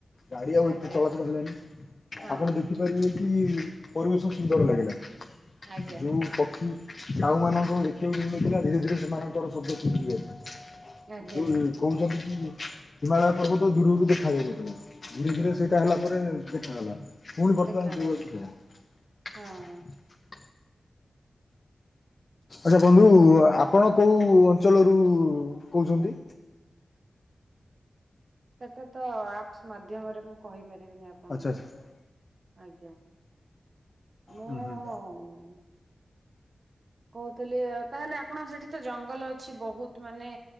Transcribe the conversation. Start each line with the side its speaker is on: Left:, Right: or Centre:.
Left: ଗାଡ଼ି ଆଉ ଏତେ
Right: ଆଜ୍ଞା
Left: ଚଳାଚଳ ହେଲାଣି
Right: ହଁ
Left: ଆପଣ
Right: ହଁ।
Left: ଦେଖିପାରିବେ
Right: ହଁ
Left: କି ପରିବେଶ ସୁନ୍ଦର ଲାଗିଲା
Right: ଆଜ୍ଞା
Left: ଯୋଉ ପକ୍ଷୀ କାଉମାନଙ୍କୁ ଦେଖିବାକୁ ମିନଥିଲା ଧୀରେ ଧୀରେ ସେମାନଙ୍କର ଶବ୍ଦ ଶୁଭୁଚି ଏଥର
Right: ଆଜ୍ଞା
Left: ଯୋଉ କହୁଛନ୍ତି କି ହିମାଳୟ ପର୍ବ ତ ଦୂରରୁ ଦେଖାାଯାଉ ନଥିଲା। ଧୀରେ ଧୀରେ ସେଇଟା
Right: ଆଜ୍ଞା
Left: ହେଲା ପରେ ଦେଖାଗଲା। ପୁଣି
Right: ଦେଖାଗଲା
Left: ବର୍ତ୍ତମାନ ଯୋଉଆ କୁ
Right: ହଁ।
Left: ସେଇଆ। ଆଛା ବନ୍ଧୁ ଆପଣ କୋଉ ଅଞ୍ଚଳରୁ କୋହୁଛନ୍ତି?
Right: ସେଟା ତ ଆପ୍ସ ମାଧ୍ୟମରେ ମୁଁ କହି ପାରିବିନି ଆପଣଙ୍କୁ
Left: ଆଚ୍ଛା ଆଚ୍ଛା।
Right: ଆଜ୍ଞା। ମୁଁ
Left: ହୁଁ ହୁଁ
Right: କୋହୁଥିଲି ଆ ତାହେଲେ ଆପଣଙ୍କ ସେଠି ତ ଜଙ୍ଗଲ ଅଛି। ବହୁତ ମାନେ